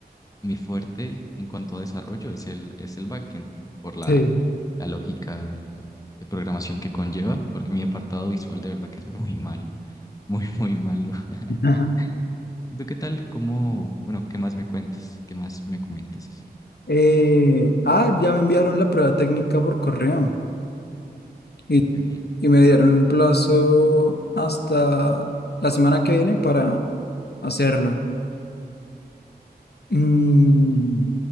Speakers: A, on the left; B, on the left.
A: mi fuerte en cuanto a desarrollo es el, es el backend, ¿no? Por la,
B: Sí.
A: la lógica de, de programación que conlleva, porque mi apartado visual de verdad que es muy malo, muy, muy malo. <laughs>
B: Ajá.
A: ¿Y tú qué tal? ¿Cómo, bueno, qué más me cuentas? ¿Qué más me comentas así?
B: Eh, ah, ya me enviaron la prueba técnica por correo
A: Ah,
B: y,
A: qué bien.
B: y me dieron un plazo hasta la semana que viene para hacerlo. Mm,